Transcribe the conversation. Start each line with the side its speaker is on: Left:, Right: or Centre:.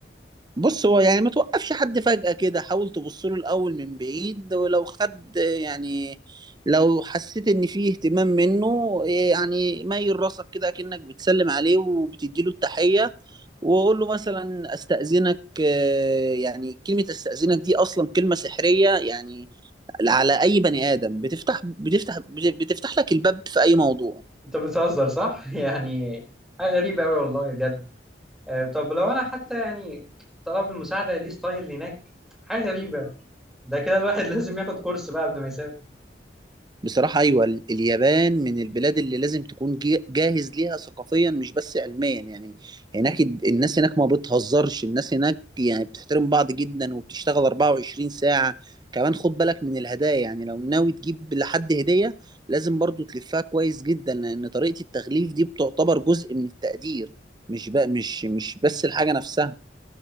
Right: بص هو يعني ما توقفش حد فجأة كده حاول تبص له الأول من بعيد ولو خد يعني لو حسيت إن فيه اهتمام منه إيه، يعني ميل راسك كده كأنك بتسلم عليه وبتديله التحية وقول له مثلا أستأذنك آه، يعني كلمة أستأذنك دي أصلا كلمة سحرية يعني على أي بني آدم بتفتح بتفتح بتفتح لك الباب في أي موضوع
Centre: انت بتهزر صح؟ <laughs> يعني حاجة غريبة أوي والله بجد آه، طب لو أنا حتى يعني طلب المساعدة ليه ستايل هناك حاجة غريبة ده كده الواحد <laughs> لازم ياخد كورس بقى قبل ما يسافر
Right: بصراحة أيوة ال- اليابان من البلاد اللي لازم تكون جي- جاهز ليها ثقافيا مش بس علميا يعني هناك الد- الناس هناك ما بتهزرش الناس هناك يعني بتحترم بعض جدا وبتشتغل 24 ساعة كمان خد بالك من الهدايا يعني لو ناوي تجيب لحد هدية لازم برضو تلفها كويس جدا لأن طريقة التغليف دي بتعتبر جزء من التقدير مش بقى مش مش بس الحاجة نفسها